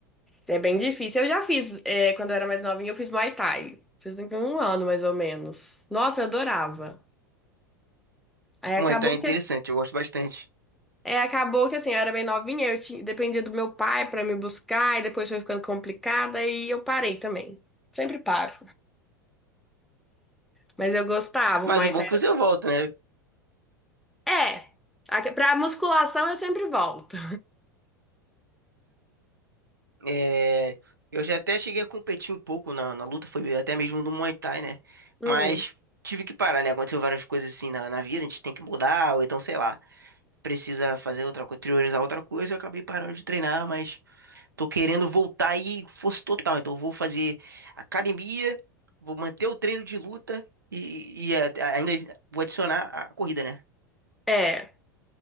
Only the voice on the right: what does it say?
Muay Thai é
interessante, eu gosto bastante.
Mas
o bom
é que
você volta, né?
É, eu já até cheguei a competir um pouco na, na luta, foi até mesmo no Muay Thai, né?
Mas tive que parar, né? Aconteceu várias coisas assim na, na vida, a gente tem que mudar, ou então sei lá. precisa fazer outra coisa, priorizar outra coisa, eu acabei parando de treinar, mas tô querendo voltar aí força total. Então eu vou fazer academia, vou manter o treino de luta e, e a- a- ainda vou adicionar a corrida, né?